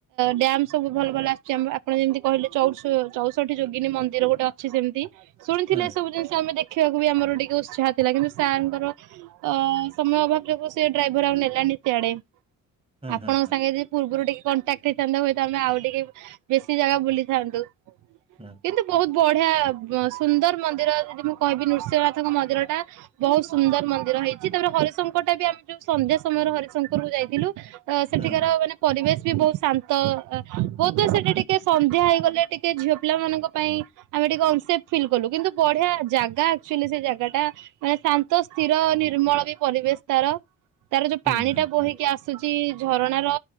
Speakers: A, on the right; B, on the right.
A: ଡ୍ୟାମ ସବୁ ଭଲ ଭଲ ଆସୁଛି ଆମର ଆପଣ ଯେମିତି କହିଲେ ଚ ଚଉଷଠି ଯୋଗିନୀ ମନ୍ଦିର ଗୋଟେ ଅଛି ସେମିତି ଶୁଣିଥିଲେ
B: ହୁଁ
A: ସବୁ ଜିନିଷ ଆମେ ଦେଖ ଦେଖିବାକୁ ବି ଆମର ଟିକେ ଉତ୍ସାହ ଥିଲା କିନ୍ତୁ ସାରଙ୍କର ଅ ସମୟ ଅଭାବ ଯୋଗୁ ସେ ଡ୍ରାଇଭର ଆଉ ନେଲାନି ସିଆଡେ ଆପଣଙ୍କ
B: ହୁଁ ହୁଁ
A: ସାଙ୍ଗେ ଯଦି ପୂର୍ବରୁ ଟିକେ କଣ୍ଟାକ୍ଟ ହୋଇଥାନ୍ତା ହୁଏତ ଆମେ ଆଉ ଟିକେ ବେଶୀ ଜାଗା ବୁଲିଥାନ୍ତୁ
B: ହୁଁ
A: କିନ୍ତୁ ବହୁତ ବଢିଆ ସୁନ୍ଦର ମନ୍ଦିର ଯଦି ମୁଁ କହିବି ନୃସିିଂହନାଥଙ୍କ ମନ୍ଦିର ଟା ବହୁତ ସୁନ୍ଦର ମନ୍ଦିର ହେଇଛି। ତାପରେ ହରିଶଙ୍କର ଟା ବି ଆମେ ଯୋଉ ସନ୍ଧ୍ୟା ସମୟରେ ହରିଶଙ୍କର କୁ ଯାଇଥିଲୁ ତ ସେଠିକାର
B: ହୁଁ ହୁଁ
A: ମାନେ ପରିବେଶ ବି ବହୁତ ଶାନ୍ତ ତ ବୋଧେ ସେଠି ଟିକେ ସନ୍ଧ୍ୟା ହେଇଗଲେ ଟିକେ ଟିକେ ଝିଅ ପିଲା ମାନଙ୍କ ପାଇଁ ଆମେ ଟିକେ ଅନସେଫ ଫିଲ୍ କଲୁ କିନ୍ତୁ ବଢିଆ ଜାଗା ଆକ୍ଚୁଆଲି ସେ ଜାଗା ଟା ମାନେ ଶାନ୍ତ ସ୍ଥିର ନିର୍ମଳ ବି ପରିବେଶ ତାର ତାର ଯୋଉ ପାଣି
B: ହୁଁ ହୁଁ
A: ଟା
B: ହୁଁ
A: ବୋହିକି ଆସ ଆସୁଛି ଝରଣାର